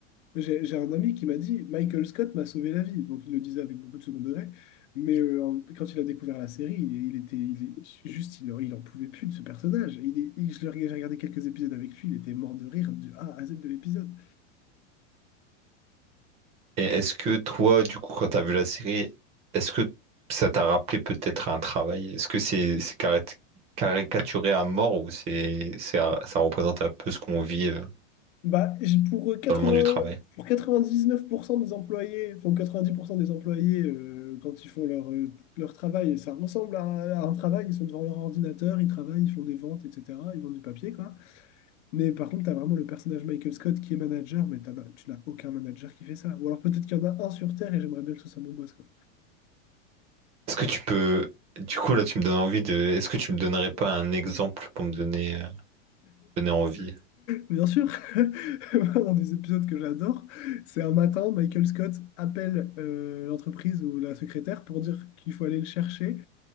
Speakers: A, on the left; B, on the right.
A: J'ai j'ai un ami qui m'a dit, Michael Scott m'a sauvé la vie. Donc, il le disait avec beaucoup de second degré. Mais euh, en- quand il a découvert la série, il, il était il, est- juste, il, en- il en pouvait plus de ce personnage. Il, est- il- je le, j'ai regardé quelques épisodes avec lui, il était mort de rire du A à Z de l'épisode.
B: Et est-ce que toi, du coup, quand t'as vu la série, est-ce que ça t'a rappelé peut-être un travail? Est-ce que c'est c'est cari- caricaturé à mort ou c'est, c'est, ça représente un peu ce qu'on vit euh,
A: Bah, j- pour 80,
B: dans le monde du travail?
A: pour 99% des employés, enfin 90% des employés, euh, quand ils font leur, euh, leur travail, et ça ressemble à, à un travail, ils sont devant leur ordinateur, ils travaillent, ils font des ventes, etc. Ils vendent du papier, quoi. Mais par contre, tu as vraiment le personnage Michael Scott qui est manager, mais t'en as- tu n'as aucun manager qui fait ça. Ou alors peut-être qu'il y en a un sur Terre et j'aimerais bien que ce soit mon boss, quoi.
B: Est-ce que tu peux... Du coup, là, tu me donnes envie de... Est-ce que tu me donnerais pas un exemple pour me donner... euh, donner envie.
A: Bien sûr, <laughs> dans des épisodes que j'adore, c'est un matin, Michael Scott appelle euh, l'entreprise ou la secrétaire pour dire qu'il faut aller le chercher